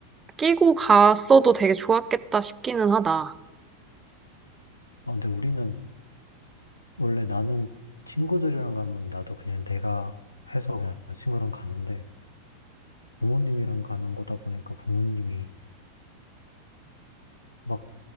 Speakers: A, on the right; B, on the left.
A: 끼고 갔어도 되게 좋았겠다 싶기는 하다.
B: 어, 근데 우리는, 원래 나는 친구들이랑 가면 나도 그냥 내가 해서 그냥 친구랑 가는데, 부모님이랑 가는 거다 보니까 부모님이 막